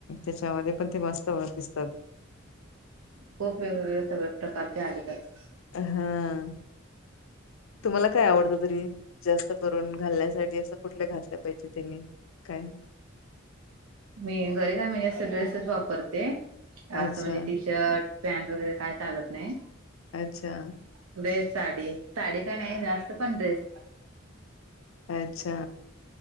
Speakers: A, on the left; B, on the right.
A: त्याच्यामध्ये पण ते वास्तवात दिसतात.
B: खूप वेगवेगळे सगळ्या प्रकारचे आले त्यात.
A: हां. तुम्हांला काय आवडतं तरी? जास्त करून घालण्यासाठी असं कुठल्या घास कापायचेत त्यांनी? काय?
B: मी घरी काय म्हणजे अस ड्रेसेच वापरते. आसं
A: अच्छा
B: म्हणजे टी शर्ट, पॅन्ट वगैरे काय चालत नाही.
A: अच्छा.
B: कुदेय साडी? साडी तर नाही जास्त पण ड्रेस.
A: अच्छा.